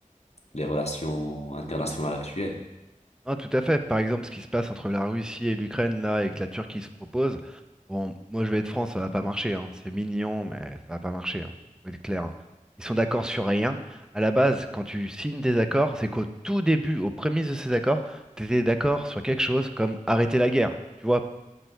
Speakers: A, on the left; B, in the centre.
A: les relations internationales actuelles.
B: Non, tout à fait. Par exemple, ce qui se passe entre la Russie et l'Ukraine, là, et que la Turquie se propose, bon, moi je vais être franc, ça va pas marcher, hein. C'est mignon, mais ça va pas marcher, hein. Faut être clair, hein. Ils sont d'accord sur rien. À la base, quand tu signes des accords, c'est qu'au tout début, aux prémices de ces accords, tu étais d'accord sur quelque chose comme arrêter la guerre. Tu vois,